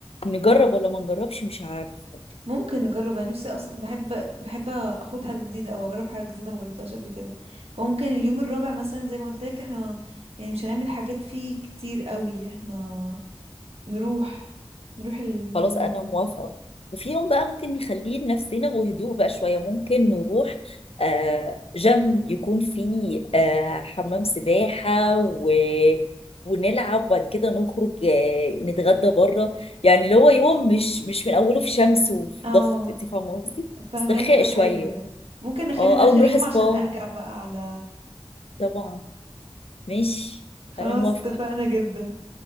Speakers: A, on the left (about 85°); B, on the right (about 85°).
A: نجرب ولا ما نجربش مش عارفة
B: ممكن نجرب انا نفسي اصلا بحب بحب اخد حاجه جديده او اجرب حاجه جديده ما جربتهاش قبل كده فممكن اليوم الرابع مثلا زي ما قلت لك احنا يعني مش هنعمل حاجات فيه كتير قوي احنا نروح نروح الموضوع
A: خلاص انا موافقة وفي يوم بقى ممكن نخليه لنفسنا وهدوء بقى شوية ممكن نروح آه جيم يكون فيه آه حمام سباحة و ونلعب وبعد كده نخرج آه، نتغدى بره يعني اللي هو يوم مش مش من اوله في شمس وفي
B: اه
A: ضغط انت فاهمه قصدي
B: فهماكي
A: استرخاء
B: طب
A: شويه
B: حلو ده ممكن نخلي
A: اه
B: ده
A: او
B: اخر
A: نروح
B: يوم
A: سبا
B: عشان ارجع بقى على
A: طبعا ماشي
B: خلاص
A: انا موافقه
B: اتفقنا جدا